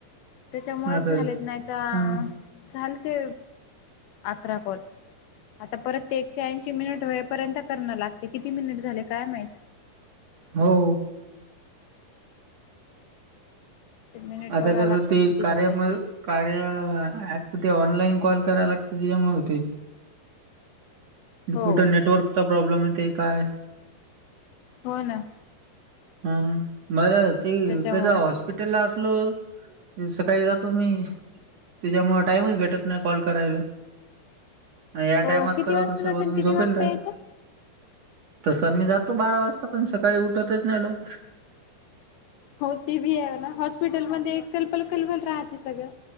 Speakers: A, on the left (about 80°); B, on the right (about 60°).
A: त्याच्यामुळेच
B: आता
A: झालंय, नाहीतर
B: ह
A: झालं ते अकरा कॉल आता परत ते एकशे ऐंशी मिनिट वेळेपर्यंत करणं लागतं. किती मिनिटं झाले, काय माहित.
B: हो.
A: ते मिनिट
B: आता
A: बघायला
B: कस
A: लागतात
B: ते
A: किती
B: कार्य
A: झाले
B: मध्ये
A: ते.
B: काय ॲप ते ऑनलाइन कॉल करायला लागतं, त्याच्यामुळे होतंय.
A: हो
B: कुठं नेटवर्कचा प्रॉब्लेम येत काय?
A: हो ना
B: हा मला ते
A: त्याच्यामुळे
B: कसं हॉस्प हॉस्पिटलला असलो, सकाळी जातो मी त्याच्यामुळे टाईमच भेटत नाही कॉल करायला. या
A: हो
B: टाइमात
A: किती
B: करायला
A: वाजता
B: सगळे
A: जातात किती
B: झोपलेले
A: वाजता
B: असतात.
A: येतं
B: तस मी जातो बारा वाजता पण सकाळी उठतच नाही लवकर.
A: हो, ते बी आहे ना. हॉस्पिटलमध्ये कलबल-कलबल राहते सगळं